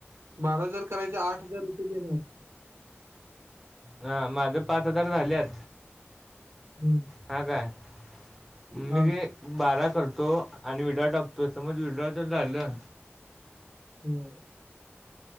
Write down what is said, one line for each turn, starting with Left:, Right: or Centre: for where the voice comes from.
Right: बारा हजार करायचा. आठ हजार रुपये देणार?
Centre: हा, माझ पाच हजार झाल्यात
Right: हं.
Centre: हा काय, मी
Right: हां.
Centre: जे बारा करतो, आणि विड्रॉ टाकतो, समज विड्रॉ तर झालं.
Right: हम्म,